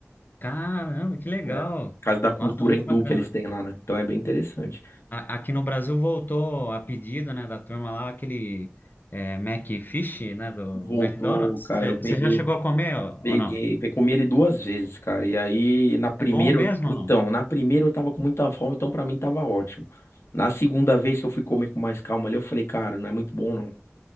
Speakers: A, on the left (about 45°); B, on the left (about 70°).
A: Caramba, que legal!
B: É. Por causa da cultura
A: Nossa, muito
B: hindu
A: bacana.
B: que eles têm lá, né? Então é bem interessante.
A: A- aqui no Brasil voltou a pedido, né, da turma lá, aquele é, McFish, né, do
B: Voltou,
A: McDonald's.
B: cara, eu peguei.
A: Você já chegou a comer ou
B: Peguei,
A: ou não?
B: pe- comi ele duas vezes, cara. E aí, na primeira,
A: É bom mesmo
B: eu- então,
A: ou não?
B: na primeira eu tava com muita fome, então pra mim tava ótimo. Na segunda vez que eu fui comer com mais calma ali, eu falei, cara, não é muito bom não.